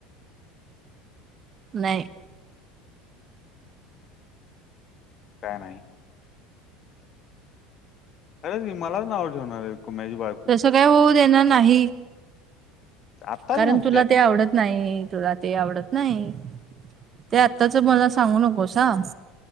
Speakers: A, on the right (about 30°); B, on the left (about 35°).
A: नाही
B: काय नाही अरे ती मलाच नाव, ठेणार आहे, कुमेश्वर.
A: तसं काय होऊ देणार नाही.
B: आत्ताच
A: कारण
B: म्हणत्यात
A: तुला ते, आवडत नाही. तुला ते, आवडत नाही. ते आत्ताच मला सांगू, नकोस हः.